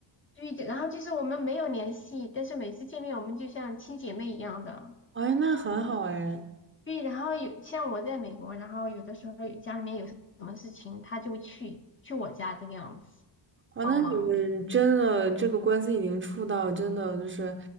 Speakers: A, on the left; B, on the right.
A: 对的然后就是我们没有联系，但是每次见面我们就像亲姐妹一样的。
B: 哎，那很好哎。
A: 对，然后有像我在美国，然后有的时候有家里面有什么事情，他就会去去我家这个样子
B: 哦，
A: 帮忙，
B: 那你们真的这个关系已经处到真的就是